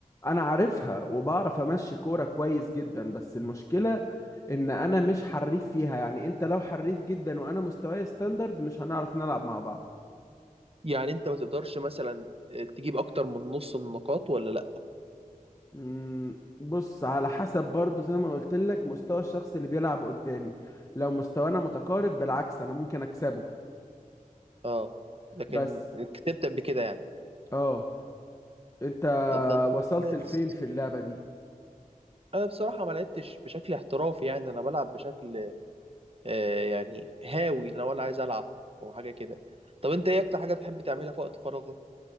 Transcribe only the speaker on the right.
يعني انت ما تقدرش مثلا آه، تجيب اكتر من نص النقاط ولا لا
اه لكن
كتبت قبل كده يعني
طب ده انت ممتاز
انا بصراحه ما لعبتش بشكل احترافي يعني انا بلعب بشكل آه يعني هاوي لو انا عايز العب او حاجه كده طب انت ايه اكتر حاجه بتحب تعملها في وقت فراغك